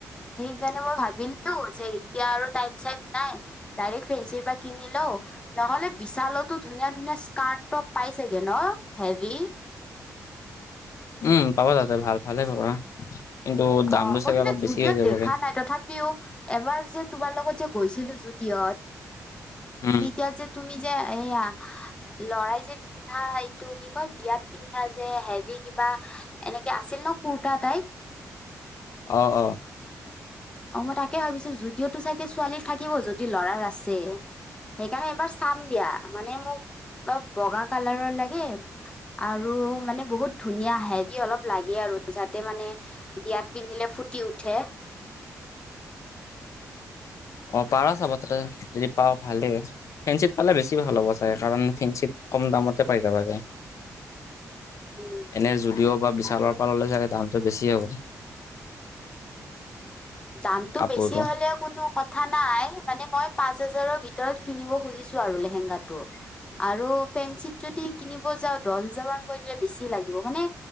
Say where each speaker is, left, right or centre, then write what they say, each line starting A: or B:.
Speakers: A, on the left; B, on the left.
A: সেইকাৰণে মই ভাবি বিলো যে এতিয়া আৰু টাইপ-চাইপ নাই, ডাইৰেক্ট ফেঞ্চিৰ পৰা কিনি লওঁ, নহ'লে বিশালতো ধুনীয়া ধুনীয়া স্কাৰ্ট-ট'প পাই চাগে ন হেভি?
B: উম, পাবা তাতে ভাল ভালে পাবা। কিন্তু দামটো
A: অ' মই
B: চাগে
A: কিন্তু
B: অলপ
A: জুদিঅ'ত
B: বেছি হৈ যাবগে।
A: দেখা নাই, তথাপিও এবাৰ যে তোমাৰ লগত যে গৈছিলোঁ জুদিঅ'ত
B: উম,
A: তেতিয়া যে তুমি যে এইয়া ল'ৰাই যে পিন্ধা, এইটো কি কয়, বিয়াত পিন্ধা যে হেভি কি কিবা এনেকে আছিল ন' কুৰটা টাইপ।
B: অ' অ'।
A: অ' মই তাকে ভাবিছোঁ, জুদিঅ'টোত চাগে ছোৱালীৰ থাকিব, যদি ল'ৰাৰ আছে। সেইকাৰণে এবাৰ চাম দিয়া মানে মোক অলপ বগা কালাৰৰ লাগে আৰু মানে বহুত ধুনীয়া হেভি অলপ লাগে আৰু আৰু যাতে মানে বিয়াত পিন্ধিলে ফুটি উঠে।
B: অ' পাৰা চাব তাতে যদি পাওঁ ভালে, ফেঞ্চিত পালে বেছি ভাল হ'ব চাগে, কাৰণ ফেঞ্চিত কম দামতে পাই যাবাগে,
A: উম
B: এনে জুদিঅ' বিশালৰ পৰা ল'লে চাগে দামটো বেছি হ'ব।
A: দামটো
B: কাপোৰটো
A: বেছি হ'লেও কোনো কথা নাই, মানে মই পাঁচ হাজাৰৰ ভিতৰত কিনিব খুজিছোঁ আৰু লেহেংগাটো। আৰু ফেঞ্চিত যদি কিনিব যাওঁ, দহ হাজাৰ মান কৈ দিলে বেছি লাগিব, মানে